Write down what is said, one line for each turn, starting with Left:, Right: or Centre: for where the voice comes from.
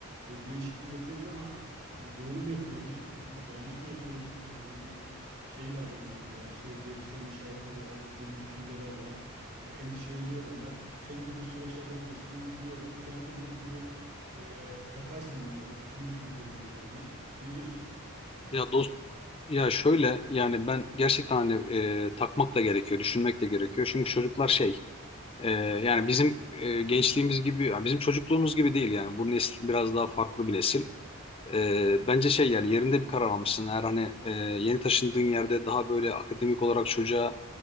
Right: e, değişikliği yapıyoruz ama e, doğru mu yapıyoruz? E, Yanlış mı yapıyoruz? Böyle bir şey var benim aklımda. Yani soru, deli soru işaretleri var, deli düşünceler var. E, endişeleniyorum da. Senin bu süreçlerden geçtiğini biliyorum. Sen de benim gibi e, takarsın bunlara, düşünürsün bu konular üzerine. Ne diyorsun? Ne yapacağız?
Left: Ya dost ya şöyle yani ben gerçekten hani e, takmak da gerekiyor, düşünmek de gerekiyor. Çünkü çocuklar şey e, yani bizim e, gençliğimiz gibi ya bizim çocukluğumuz gibi değil yani bu nesil biraz daha farklı bir nesil. E, bence şey yani yerinde bir karar almışsın. Eğer hani e, yeni taşındığın yerde daha böyle akademik olarak çocuğa